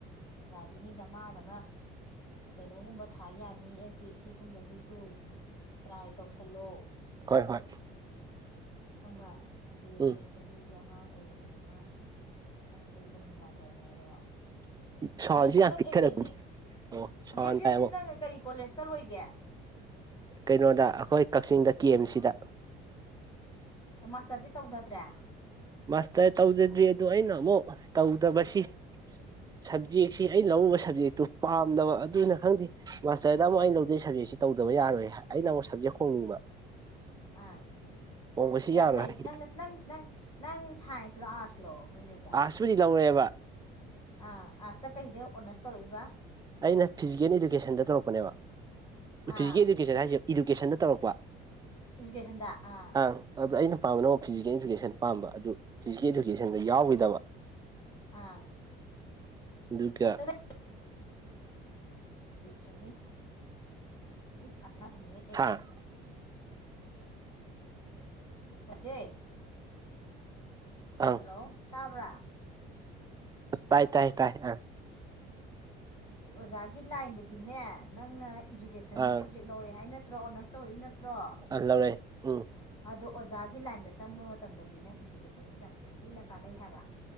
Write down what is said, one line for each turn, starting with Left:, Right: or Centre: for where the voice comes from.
Left: ꯌꯥꯒꯤꯅꯤꯗ ꯗꯃꯥꯗꯃ ꯀꯩꯅꯣꯒꯨꯝꯕ ꯊꯥ ꯌꯥꯅꯤ ꯑꯦꯝ ꯄꯤ ꯑꯦꯁ ꯁꯤꯒꯨꯝꯕꯒꯤꯁꯨ ꯇ꯭ꯔꯥꯏ ꯇꯧꯁꯜꯂꯣ
Right: ꯍꯣꯏ ꯍꯣꯏ
Left: ꯈꯪꯕ꯭ꯔꯥ ꯍꯥꯏꯗꯤ
Right: ꯎꯝ
Left: ꯅꯣꯏ ꯆꯍꯤꯁꯨ ꯑꯉꯥꯡ ꯑꯣꯏꯔꯤꯕꯅꯤꯅ ꯅꯪ ꯆꯍꯤ ꯀꯨꯟꯒ ꯃꯥꯊꯣꯏ ꯍꯥꯏꯔꯣ
Right: ꯁꯥꯎꯟꯁꯤ
Left: ꯒ꯭ꯔꯦꯖꯨꯋꯦꯠ
Right: ꯌꯥꯝ
Left: ꯅꯪ
Right: ꯄꯤꯛꯊꯔꯛꯄꯅꯤ
Left: ꯑꯦꯝ ꯑꯦꯗꯤ
Right: ꯑꯣ ꯁꯥꯎꯟ
Left: ꯒ꯭ꯔꯦꯖꯨꯋꯦꯠꯇꯤ
Right: ꯍꯥꯏꯕꯨ
Left: ꯅꯪ ꯀꯔꯤ ꯀꯣꯂꯦꯖꯇ ꯂꯣꯏꯒꯦ
Right: ꯀꯩꯅꯣꯗ ꯑꯩꯈꯣꯏ ꯀꯛꯆꯤꯡꯗ ꯀꯦ ꯑꯦꯝꯁꯤꯗ
Left: ꯃꯥꯁꯇꯔꯗꯤ ꯇꯧꯗꯗ꯭ꯔꯦ
Right: ꯃꯥꯁꯇꯔ ꯇꯧꯗꯗ꯭ꯔꯤ ꯑꯗꯣ ꯑꯩꯅ ꯑꯃꯨꯛ ꯇꯧꯗꯕꯁꯤ ꯁꯕꯖꯦꯛꯁꯤ ꯑꯩ ꯂꯧꯔꯕ ꯁꯕꯖꯦꯛꯇꯨ ꯄꯥꯝꯗꯕ ꯑꯗꯨꯅ ꯈꯪꯗꯦ ꯃꯥꯁꯇꯔꯗ ꯑꯃꯨꯛ ꯑꯩꯅ ꯂꯧꯗꯣꯏꯩ ꯁꯕꯖꯦꯛꯁꯤ ꯇꯧꯗꯕ ꯌꯥꯔꯣꯏ ꯍꯥꯏ ꯑꯩꯅ ꯑꯃꯨꯛ ꯁꯞꯖꯦꯛ ꯍꯣꯡꯅꯤꯡꯕ
Left: ꯑꯥ
Right: ꯍꯣꯡꯕꯁꯤ
Left: ꯅꯪ
Right: ꯌꯥꯔꯣꯏ
Left: ꯀꯩ
Right: ꯍꯥꯏ
Left: ꯅꯪ ꯅꯪ ꯅꯪ ꯅꯪ ꯁꯥꯏꯟꯁꯂꯣ ꯑꯥꯔꯠꯁꯂꯣ ꯒ꯭ꯔꯦꯖꯨꯠ
Right: ꯑꯥꯔꯁꯄꯨꯗꯤ ꯂꯧꯔꯛꯑꯦꯕ
Left: ꯑ ꯑꯥꯔꯠꯁꯇ ꯀꯩꯗ ꯑꯣꯅꯔꯁ ꯇꯧꯔꯛꯏꯕ
Right: ꯑꯩꯅ ꯐꯤꯖꯤꯀꯦꯜ ꯏꯗꯨꯀꯦꯁꯟꯗ ꯇꯧꯔꯛꯄꯅꯦꯕ
Left: ꯑꯥ
Right: ꯐꯤꯖꯤꯀꯦꯜ ꯏꯗꯨꯀꯦꯁꯟ ꯍꯥꯏꯁꯦ ꯏꯗꯨꯀꯦꯁꯟꯗ ꯇꯧꯔꯛꯄ
Left: ꯏꯖꯨꯀꯦꯁꯟꯗ ꯑꯥ
Right: ꯑꯪ ꯑꯗꯨꯗꯣ ꯑꯩꯅ ꯄꯥꯝꯕ ꯅꯛ ꯐꯤꯖꯤꯀꯦꯜ ꯏꯗꯨꯀꯦꯁꯟ ꯄꯥꯝꯕ ꯑꯗꯨ ꯐꯤꯖꯤꯀꯦꯜ ꯏꯗꯨꯀꯦꯁꯟꯗ ꯌꯥꯎꯈꯤꯗꯕ
Left: ꯑꯥ
Right: ꯑꯗꯨꯒ
Left: ꯑ ꯗꯗꯤ ꯌꯥꯝ ꯊꯤ ꯀꯥꯟꯅꯕꯅꯤ ꯍ
Right: ꯍꯥꯥ
Left: ꯍꯧꯖꯦ
Right: ꯑꯪ
Left: ꯍꯜꯂꯣ ꯇꯥꯕ꯭ꯔꯥ
Right: ꯇꯥꯏ ꯇꯥꯏ ꯇꯥꯏ ꯑ
Left: ꯑꯣꯖꯥꯒꯤ ꯂꯥꯏꯟꯗꯗꯤꯅꯦ ꯅꯪꯅ ꯏꯖꯨꯀꯦꯁꯟ
Right: ꯑꯪ
Left: ꯁꯞꯖꯦꯛ ꯂꯧꯔꯛꯦ ꯍꯥꯏ ꯅꯠꯇ꯭ꯔꯣ ꯑꯣꯅꯔꯁ ꯇꯧꯔꯛꯏ ꯅꯠꯇ꯭ꯔꯣ
Right: ꯑ ꯂꯧꯔꯦ ꯎꯝ
Left: ꯑꯗꯣ ꯑꯣꯖꯥꯒꯤ ꯂꯥꯏꯟꯗ ꯆꯪꯕ ꯃꯇꯝꯗꯗꯤ ꯅꯪ ꯏꯖꯨꯀꯦꯁꯟꯁꯤ ꯌꯥꯝ ꯊꯤꯅ ꯀꯥꯟꯅꯩ ꯍꯥꯏꯕ